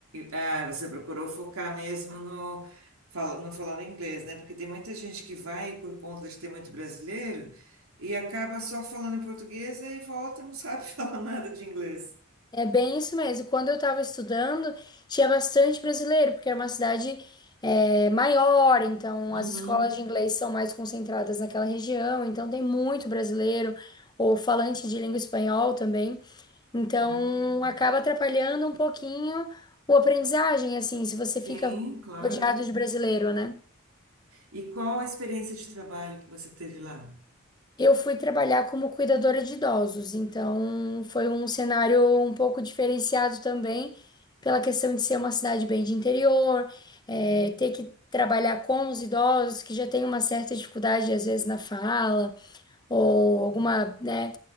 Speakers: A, on the right; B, on the left.
A: ah, você procurou focar mesmo no, fala- no falar inglês, né? Porque tem muita gente que vai por conta de ter muito brasileiro e acaba só falando em português e volta e não sabe <laughs> falar nada de inglês.
B: é bem isso mesmo. Quando eu estava estudando, tinha bastante brasileiro, porque é uma cidade, é, maior, então
A: Uhum.
B: as escolas de inglês são mais concentradas naquela região, então tem muito brasileiro, ou falante de língua espanhol também. Então,
A: Hum.
B: acaba atrapalhando um pouquinho o aprendizagem, assim, se você
A: Sim,
B: fica
A: claro.
B: rodeado de brasileiro, né?
A: E qual a experiência de trabalho que você teve lá?
B: Eu fui trabalhar como cuidadora de idosos, então foi um cenário um pouco diferenciado também, pela questão de ser uma cidade bem de interior, é,
A: Uhum.
B: ter que trabalhar com os idosos que já têm uma certa dificuldade, às vezes, na fala, ou alguma, né,